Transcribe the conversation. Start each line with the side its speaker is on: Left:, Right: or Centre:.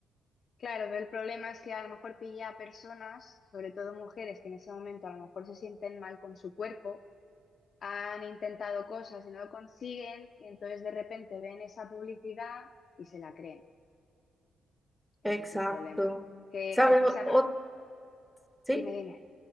Left: Claro, pero el problema es que a lo mejor pilla a personas, sobre todo mujeres, que en ese momento a lo mejor se sienten mal con su cuerpo, han intentado cosas y no lo consiguen, y entonces de repente ven esa publicidad y se la creen. Ese
Centre: Exacto.
Left: es el problema. Que,
Centre: ¿Sabes?
Left: que a pesar-
Centre: O- o- ¿sí?
Left: Dime, dime,